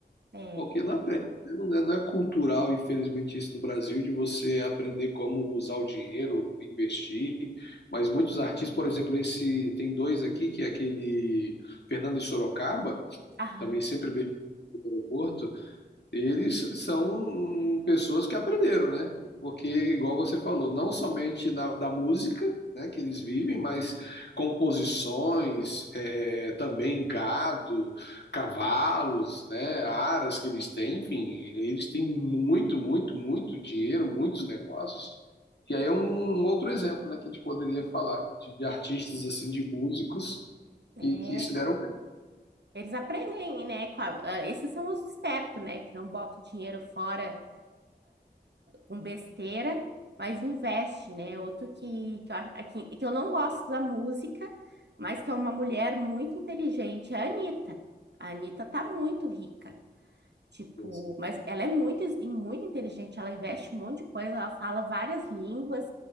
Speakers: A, on the right (about 80°); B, on the left (about 80°).
A: É,
B: Porque não aprende, né? não é, não é cultural, infelizmente, isso no Brasil, de você aprender como usar o dinheiro, investir. Mas muitos artistas, por exemplo, esse tem dois aqui, que é aquele Fernando de Sorocaba,
A: aham,
B: também sempre veio do aeroporto, eles são pessoas que aprenderam, né? Porque, igual você falou, não somente na- da música, né, que eles vivem, mas composições, é, também gado, cavalos, né, aras que eles têm, enfim, eles têm muito, muito, muito dinheiro, muitos negócios. E aí é um outro exemplo, né, que a gente poderia falar de, de artistas assim, de músicos
A: é.
B: que, que se deram
A: Eles aprendem, né? com a- ah, esses são os espertos, né? Que não botam dinheiro fora com besteira, mas investe, né? Outro que, que, eu, a- que, que eu não gosto da música, mas que é uma mulher muito inteligente, é a Anitta. A Anitta tá muito rica. Tipo,
B: bem.
A: mas ela é muito, e muito inteligente, ela investe um monte de coisa, ela fala várias línguas,